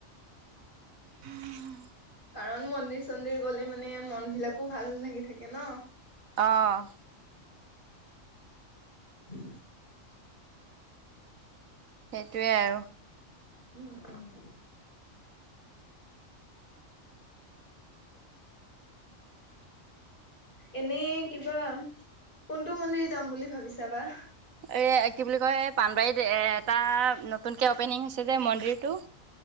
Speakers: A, on the right; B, on the left.
A: উম'
B: কাৰণ মন্দিৰ চন্দিৰ গলে মেনে মন বিলাকো ভাল লাগি থাকে ন।
A: অঁ'
B: <inaudible>
A: সেইটোৱে আৰু।
B: উম উম' এনেই কিবা কোনটো মন্দিৰ যাম বুলি ভাবিছাবা?
A: এই কি বুলি কয় পানবাৰীত এটা নতুনকে অ'পেনিং হৈছে যে মন্দিৰটো।